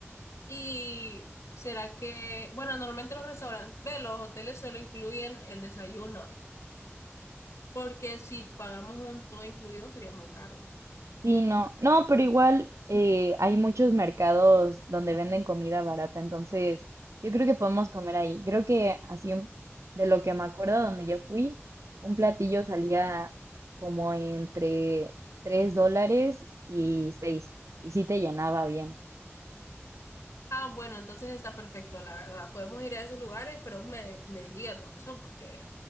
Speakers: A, on the left (about 75°); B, on the right (about 85°).
A: Y será que, bueno, normalmente los restaurantes, ve, los hoteles solo incluyen el desayuno, porque si pagamos un todo incluido sería muy caro.
B: Sí, no, no, pero igual eh, hay muchos mercados donde venden comida barata, entonces yo creo que podemos comer ahí. Creo que así un- de lo que me acuerdo, donde yo fui, un platillo salía como entre 3 dólares y 6, y sí te llenaba bien.
A: Ah, bueno, entonces está perfecto, la verdad. Podemos ir a esos lugares, pero vos me, me diría dónde son, porque